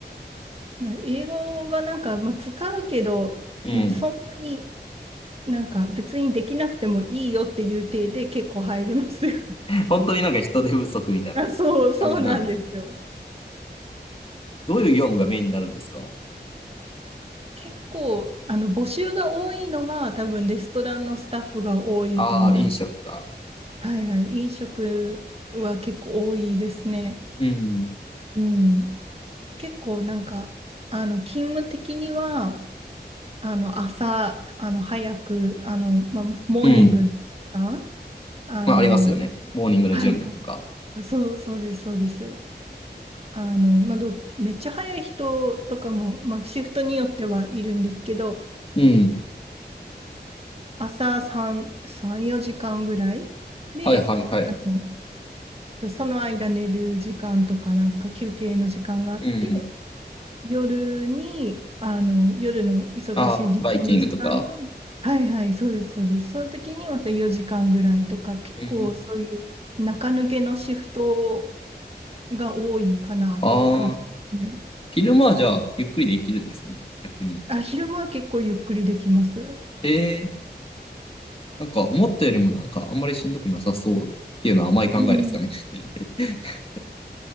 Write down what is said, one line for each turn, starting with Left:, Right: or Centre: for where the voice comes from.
Right: まあ、英語はなんか、まあ、使うけど、
Left: うん。
Right: まあ、そんなになんか別にできなくてもいいよっていう体で結構入れますよ。
Left: 本当になんか人手不足みたいな
Right: <laughs> あ、そう、そうなんですよ。
Left: 感じなんですね。どういう業務がメインになるんですか
Right: 結構あの募集が多いのは多分レストランのスタッフが多いと思います。
Left: ああー、飲食か。
Right: はいはい。飲食は結構多いですね。
Left: うん、
Right: うん。結構なんか、あの、勤務的には、あの、朝、あの、早く、あの、まあ、モーニングの時間、
Left: うん、
Right: あの、
Left: まあ、ありますよね。モーニングの準備とか。
Right: はいはい。そう、そうです、そうです。あの、まあ、ど、めっちゃ早い人とかも、まあ、シフトによってはいるんですけど、
Left: うん、
Right: 朝3、3、4時間ぐらいで、
Left: はいはいはい。
Right: あの、その間寝る時間とか、なんか休憩の時間があって、
Left: うん、
Right: 夜に、あの、夜の忙しい時間の時間に、
Left: ああ、バイキングとか。
Right: はいはい、そうです、そうです。その時にまた4時間ぐらいとか、結構そういう中抜けのシフト
Left: うん。
Right: が多いかなっていう感じですね。
Left: ああ、昼間はじゃあ、ゆっくりできるんですね。逆に。
Right: あ、昼間は結構ゆっくりできます。
Left: ええなんか思ったよりもなんかあんまりしんどくなさそうっていうのは甘い考えですかね。
Right: うん。
Left: <laughs>